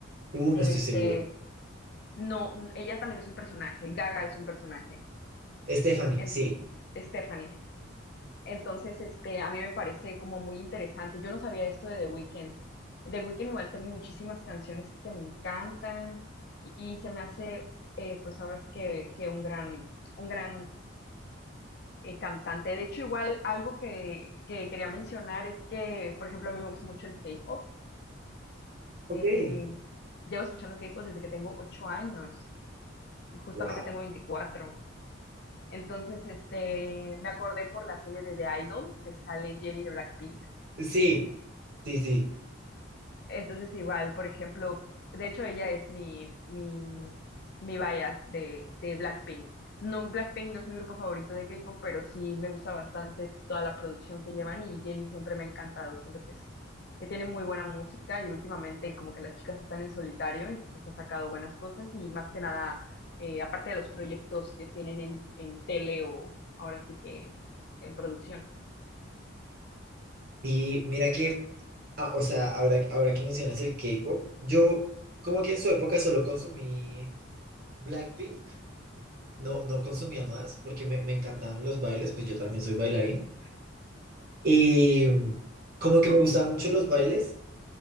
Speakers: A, on the right (about 45°); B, on the left (about 50°).
A: uh, no
B: este,
A: estoy seguro.
B: no, ella también es un personaje, Gaga es un personaje.
A: Stephanie,
B: En-
A: sí.
B: Stephanie. Entonces, este, a mí me parece como muy interesante. Yo no sabía esto de The Weeknd. The Weeknd igual tengo muchísimas canciones que me encantan y se me hace, eh, pues ahora sí que, que un gran, un gran eh, cantante. De hecho, igual algo que, que quería mencionar es que, por ejemplo, a mí me gusta mucho el K-pop.
A: Ok.
B: Eh, llevo escuchando K-pop desde que tengo ocho años. Justamente
A: Wow.
B: tengo veinticuatro Entonces, este, me acordé por la serie de The Idol, que sale Jennie de Blackpink
A: Sí, sí, sí.
B: Entonces, igual, por ejemplo, de hecho, ella es mi, mi, mi bias de, de Blackpink. No, Blackpink no es mi grupo favorito de K-pop, pero sí me gusta bastante toda la producción que llevan y Jennie siempre me ha encantado. Siento que es, que tiene muy buena música y últimamente como que las chicas están en solitario, entonces ha sacado buenas cosas y más que nada, eh, aparte de los proyectos que tienen en, en tele o ahora sí que en producción.
A: Y mira que, ah, o sea, ahora, ahora que mencionas el K-pop, yo como que en su época solo consumí Blackpink. no, no consumía más porque me, me encantaban los bailes, pues yo también soy bailarín. Y mm, como que me gustaban mucho los bailes